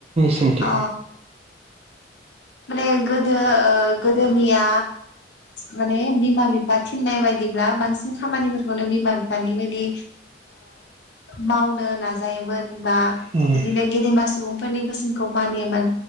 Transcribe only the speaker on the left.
अ माने गोदो गोदो आंनिया माने बिमा बिफा थिननाय बायदिब्ला बांसिन खामानिफोरखौनो बिमा दानि बायदि मावनो नाजायोमोन
बिदिनो गेदेमा सुबुंफोरनि बोसोनखौ मानियोमोन